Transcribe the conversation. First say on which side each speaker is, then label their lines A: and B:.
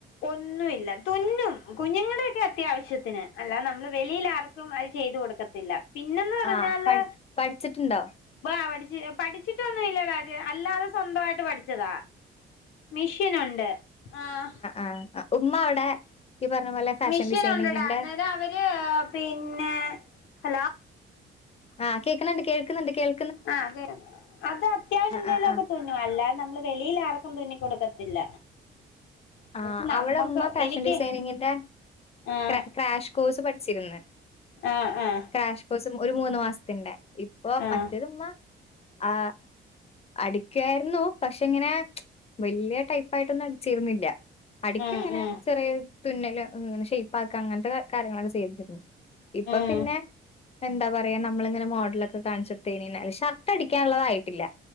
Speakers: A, on the left (about 85°); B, on the left (about 30°).
A: ഒന്നുവില്ല തുന്നും കുഞ്ഞുങ്ങടെക്കെ അത്യാവശ്യത്തിന് അല്ലാതെ നമ്മള് വെളിയിലാർ ക്കും അയ് ചെയ്ത് കൊടുക്കത്തില്ല പിന്നന്ന് പറഞ്ഞാല്
B: ആ പഠി പഠിച്ചിട്ടുണ്ടോ?
A: വാ പഠിച്ച് പഠിച്ചിട്ടൊന്നുല്ല ടാ ജ് അല്ലാതെ സ്വന്തവായിട്ട് പഠിച്ചതാ മിഷിനുണ്ട് ആഹ്
B: ആഹ് ഉമ്മ അവിടെ ഈ പറ്ഞ്ഞ പോലെ ഫാഷൻ
A: മിഷീന്
B: ഡിസൈനിങ്ങിന്റെ
A: ഉണ്ടെടാ അന്നേരം അവര് പിന്നെ ഹലോ
B: ആഹ് കേക്ക്ന്ന്ണ്ട് കേൾക്ക്‌ന്ന്ണ്ട് കേൾ
A: ആഹ് കേൾ അത് അത്യാവശ്യ എന്തെലും
B: ആ,
A: ഒക്കെ
B: ആ.
A: തുൻ ന്നു അല്ലാതെ നമ്മള് വെളിയിലാർക്കും തുന്നി കൊടുക്കത്തില്ല എന്ന്
B: ആഹ്
A: വെച്ച് നമ്മക്ക്
B: അവിടെ ഉമ്മ ഫാഷൻ
A: എനിക്ക്
B: ഡിസൈനിങ്ങിന്റെ
A: ആഹ്
B: ക്ര ക്രഷ് കോഴ്സ് പഠിച്ചിര്ന്ന്
A: ആഹ് ആഹ്
B: ക്രാഷ് കോഴ്സും ഒരു മൂന്ന് മാസത്തിന്റെ ഇപ്പോ
A: ആഹ് ആഹ്
B: മറ്റേത് ഇമ്മ ആ അടിക്കാര്ന്നു പക്ഷെ ഇങ്ങനെ വല്യയ ടൈപ്പായിട്ടൊന്നും അടിച്ചിരുന്നില്ല അടിക്കുങ്ങനെ
A: ഉം ഉം
B: ചെറിയെ തുന്നല് ങ്ങനെ ഷെയ്പ്പാക്ക അങ്ങൻ ത്തൊക്കെ കാര്യങ്ങളൊക്ക ചെയ്ത്‌ തരുന്നു ഇപ്പ
A: ഉം
B: പിന്നെ എന്താ പറയാ നമ്മളിങ്ങനെ മോഡലൊക്കെ കാണിച്ചെടുത്ത് കയിഞ്ഞ യിഞ്ഞാല് ഷർട്ട് അടിക്കാനുള്ളതായിട്ടില്ല